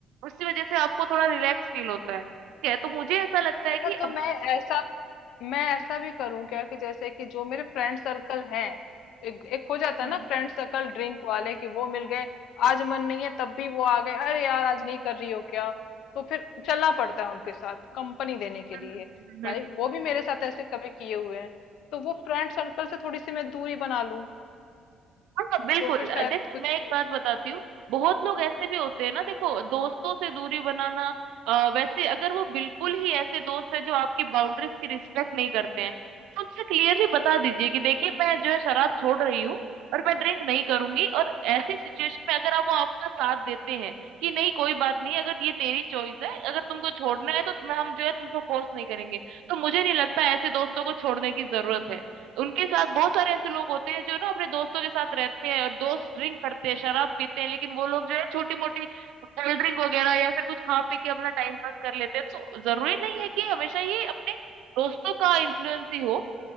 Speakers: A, on the right; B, on the left.
A: उसकी वजह से आपको थोड़ा रिलैक्स फील होता है ठीक है तो मुझे ऐसा लगता है
B: अच्छा
A: कि
B: तो
A: अब
B: मैं ऐसा मैं ऐसा भी करूं क्या कि जैसे कि जो मेरे फ्रेंड सर्कल हैं एक, एक हो जाता
A: हम्म
B: है ना
A: हम्म,
B: फ्रेंड सर्कल ड्रिंक वाले कि वो मिल गए आज मन नहीं है तब भी वो आ गए अरे यार आज नहीं कर रही हो क्या तो फिर चलना पड़ता है उनके साथ कंपनी देने के
A: हम्म,
B: लिए
A: हम्म,
B: भाई
A: हम्म।
B: वो भी मेरे साथ ऐसे कभी किए हुए हैं तो वो फ्रेंड सर्कल से थोड़ी सी मैं दूरी बना लूं
A: हाँ हाँ, बिल्कुल
B: तो फिर शायद
A: अ, देखो
B: कुछ
A: मैं एक
B: हो
A: बात बताती हूँ बहुत लोग ऐसे भी होते हैं ना देखो दोस्तों से दूरी बनाना अ, वैसे अगर वो बिल्कुल ही ऐसे दोस्त है जो आपकी बाउंड्रीज की रिस्पेक्ट नहीं करते हैं तो उनसे क्लियरली बता दीजिए कि देखिए मैं जो है शराब छोड़ रही हूँ और मैं ड्रिंक नहीं करूंगी और ऐसी सिचुएशन में अगर आप वो आपका साथ देते हैं कि नहीं कोई बात नहीं अगर ये तेरी चॉइस है अगर तुमको छोड़ना है तो मैं हम जो है तुमको फोर्स नहीं करेंगे तो मुझे नहीं लगता ऐसे दोस्तों को छोड़ने की जरूरत है उनके साथ बहुत सारे ऐसे लोग होते हैं जो ना अपने दोस्तों के साथ रहते हैं और दोस्त ड्रिंक करते हैं शराब पीते हैं लेकिन वो लोग जो है छोटी मोटी कोल्ड ड्रिंक वगैरह या फिर कुछ खा पी के अपना टाइम पास कर लेते हैं तो जरूरी नहीं है कि हमेशा ये अपने दोस्तों का इन्फ्लुएंस ही हो